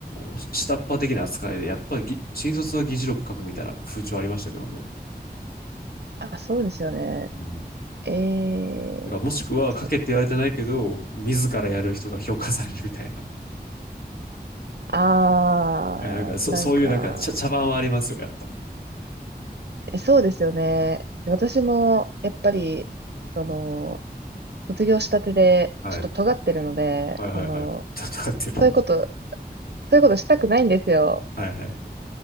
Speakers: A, on the left (about 60°); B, on the right (about 70°).
A: の、下っ端的な扱いで、やっぱり新卒は議事録書くみたいな風潮ありましたけどね。
B: あ、そうですよね。
A: うん。
B: ええー、
A: だからもしくは、
B: そ、
A: 賭けって言われてないけど、自らやる人が評価されるみたいな。
B: あー、
A: えなんかそ、
B: なんか、
A: そういうなんか茶、茶番はありますよ、やっぱ。
B: えそうですよね。私も、やっぱり、その、卒業したてで、
A: はい。
B: ちょっと尖ってるので、
A: はいはいはい。
B: その、
A: 戦ってる。
B: そういうことそういうことしたくないんですよ。
A: はいはい。